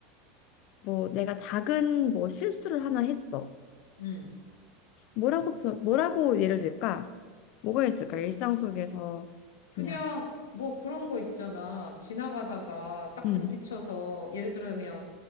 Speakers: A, on the left; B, on the left.
A: 뭐 내가 작은 뭐 실수를 하나 했어.
B: 응
A: 뭐라고 표, 뭐라고 예를 들까? 뭐가 있을까? 일상 속에서
B: 그냥
A: 그냥
B: 뭐 그런 거 있잖아. 지나가다가 딱
A: 음,
B: 부딪혀서 예를 들면